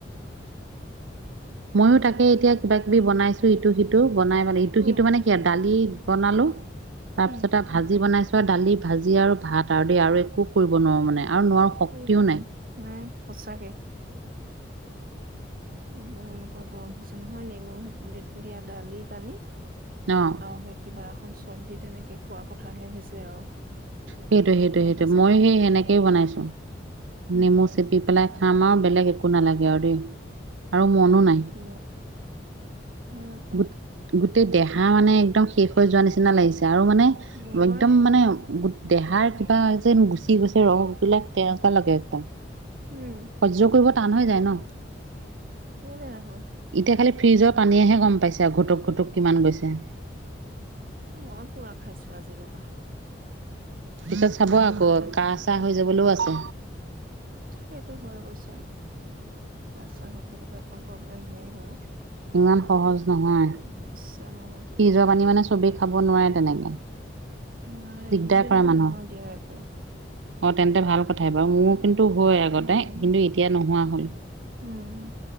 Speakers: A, on the right; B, on the right.
A: ময়ো তাকে এতিয়া কিবা কিবি বনাইছো ইটো সিটো বনাই মানে ইটো
B: উম
A: সিটো মানে কি দালি বনালো তাৰ
B: উম
A: পিছতে ভাজি বনাইছোঁ দালি ভাজি আৰু ভাত আৰু দেই আৰু একো কৰিব নোৱাৰো মানে আৰু নোৱাৰো শক্তিও
B: ই ৰাম
A: নাই।
B: নাই সঁচাকে। এতিয়া এনেকুৱা গৰম হৈছে নহয় নেমু দিয়া দালি পানী
A: আহ্।
B: আৰু সেই কিবা এখন চব্জি তেনেকে খোৱা কথাহে হৈছে আৰু
A: সেইটো সেইটো
B: গম
A: সেইটোৱেই
B: পাইছানে
A: মই সেই সেনেকে বনাইছো
B: উম
A: নেমু চেপি পেলাই আমাক বেলেগ একো নালাগে আৰু দেই। আৰু মনো
B: তাকে
A: নাই
B: হয় আকৌ
A: গোট গোটেই দেহা মানে একদম শেষ হৈ যোৱা নিচিনা লাগিছে আৰু মানে
B: মই
A: একদম মানে গোট দেহাৰ কিবা যেন গুচি গৈছে ৰস বিলাক তেনেকুৱা লাগে একদম
B: উম।
A: সহ্য কৰিব টান হৈ যায় ন।
B: <inaudible>
A: এতিয়া খালি ফ্ৰিজৰ পানীয়েহে গম পাইছে আৰু ঘুটুক ঘুটুক কিমান গৈছে।
B: মই পুৰা খাইছো আজি ৰবা।
A: এতিয়া চাব
B: পুৰা
A: আকৌ
B: খাইছো।
A: কাহ চাহ হৈ যাবলৈও আছে।
B: সেইটো হৈ গৈছে ৰাস্তাৰ <inaudible> অকণমান প্ৰব্লেম হয়য়ে বাৰু।
A: ইমান সহজ নহয়।
B: <inaudible>
A: ফ্ৰিজৰ পানী মানে চবেই খাব নোৱাৰে তেনেকে।
B: নোৱাৰে
A: দিগদাৰ
B: মোৰ যেনিবা
A: পায় মানুহক
B: নহয় দিয়া একো।
A: অ তেন্তে ভাল ক কথাই বাৰু মোৰ
B: উম
A: কিন্তু হয় আগতে কিন্তু এতিয়া নোহোৱা হ'ল,
B: উম।